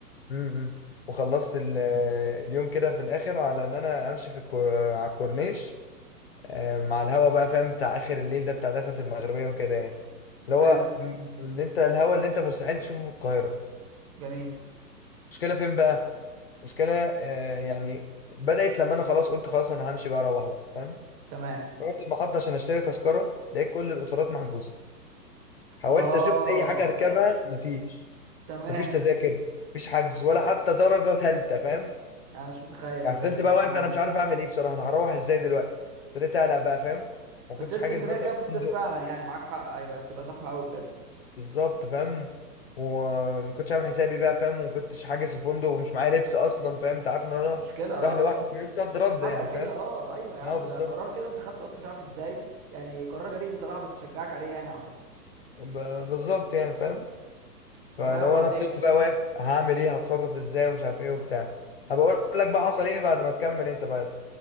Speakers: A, on the left; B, on the right.
A: م- م. وخلصت ال- آه، اليوم كده في الاخر على ان انا امشي في الكور... على الكورنيش آه مع الهوا بقى فاهم بتاع اخر الليل ده بتاع دخلة المغربية وكده يعني اللي
B: حلو
A: هو م- اللي انت الهوا اللي انت مستحيل تشوفه في القاهرة
B: جميل
A: مشكلة فين بقى مشكلة آه يعني بدأت لما انا خلاص قلت خلاص انا همشي بقى اروح بقى فاهم
B: تمام
A: رحت المحطة عشان اشتري تذكرة لقيت كل القطارات محجوزة حاولت
B: اه
A: اشوف اي حاجه اركبها مفيش
B: <laughs> تمام
A: مفيش تذاكر مفيش حجز ولا حتى درجه ثالثه فاهم
B: انا مش متخيل
A: يعني
B: بجد
A: فضلت
B: بس
A: بقى واقف
B: تمام
A: انا مش عارف اعمل ايه بصراحه انا هروح ازاي دلوقتي ابتديت اقلق بقى فاهم ما
B: بس
A: كنتش
B: هي اسكندريه
A: حاجز مثلا
B: كده في الصيف
A: فندق
B: فعلا يعني معاك حق ايوه هي بتبقى زحمه قوي بجد
A: بالظبط فاهم وما كنتش عامل حسابي بقى فاهم وما كنتش حاجز في فندق ومش معايا لبس اصلا فاهم انت عارف ان انا رايح
B: مشكله اه
A: رايح لوحدي
B: اه
A: ويوم صد رد
B: ده فجأة
A: يعني
B: كده
A: فاهم
B: اه آه. ايوه يا عم
A: اه بالظبط
B: ده قرار كده انت خدته اصلا مش عارف ازاي يعني قرار جريء بصراحه بس اشجعك عليه يعني عامه
A: ب- بالظبط يعني فاهم
B: طب
A: فلو
B: ها وبعدين
A: انا فضلت بقى واقف هعمل ايه هتصرف ازاي ومش عارف ايه وبتاع هبقول لك بقى حصل ايه بعد ما تكمل انت بقى يلا.